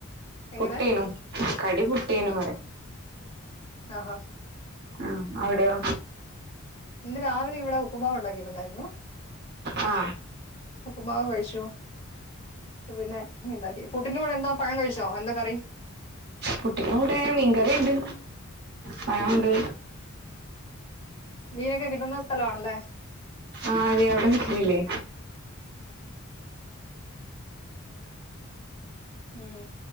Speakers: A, on the left (about 25°); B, on the right (about 50°).
A: എങ്ങനെ
B: പുട്ടീനു കടി പുട്ടിനു
A: ആഹ
B: ആഹ് അവിടെയോ
A: ഇന്ന് രാവിലെ ഇവിടെ ഉപ്പുമാവ് ഉണ്ടാക്കിയിരുന്നു
B: ആ
A: ഉപ്പുമാവ് കഴിച്ചു പിന്നെ ഉണ്ടാക്കി പുട്ടിൻകുടെ എന്താ പഴം കഴിച്ചോ എന്താ കറി
B: കുട്ടന്റെ കൂടെ മീൻകറി ഉണ്ട് പഴവുണ്ട്
A: മീന് ഒക്കെ കിട്ടുന്ന സ്ഥലം ആണ് അല്ലേ
B: ആ അതെ കിട്ടിയില്ലേ
A: മ്